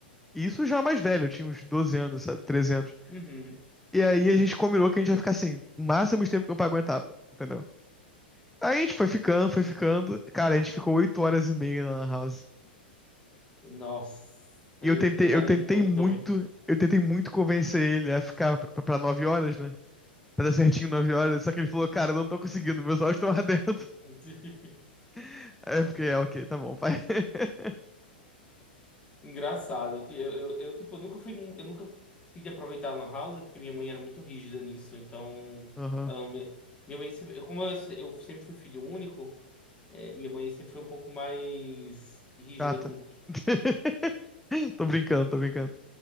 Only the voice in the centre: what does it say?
E isso já mais velho, eu tinha uns 12 anos, sabe, 13 anos.
E aí a gente combinou que a gente ia ficar assim, o máximo de tempo que meu pai aguentava, entendeu? Aí a gente foi ficando, foi ficando. Cara, a gente ficou oito horas e meia na Lan House.
E eu tentei,
eu tentei
muito,
eu tentei muito convencer ele a ficar pra, pra nove horas, né? Pra dar certinho nove horas. Só que ele falou, cara, eu não tô conseguindo, meus olhos estão ardendo.
<laughs> Aí eu fiquei, é, ok, tá bom, pai. <laughs>
Aham,
chata.
<laughs> Tô brincando, tô brincando.